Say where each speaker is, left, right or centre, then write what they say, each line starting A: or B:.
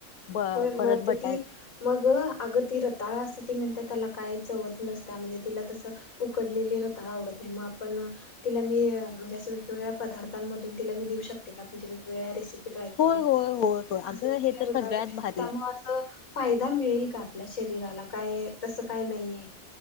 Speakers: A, on the left; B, on the left.
A: ब
B: होय,
A: परत
B: मग
A: बटाट
B: ती मग अग ती रताळा अस ती म्हणते त्याला काय चवच नसते म्हणजे तिला तसं उकडलेली रताळं आवडत नाही मग आपण तिला मी म्हणजे असे वेगवेगळ्या पदार्थांमधून तिला मी देऊ शकते का? म्हणजे वेगवेगळ्या रेसिपी.. ट्राय करून..
A: होय होय होय होय
B: असं
A: अगं हे तर
B: त्यामुळं
A: सगळ्यात भारी
B: असं फायदा मि मिळेल का आपल्या शरीराला काय तसं काय नाहीये?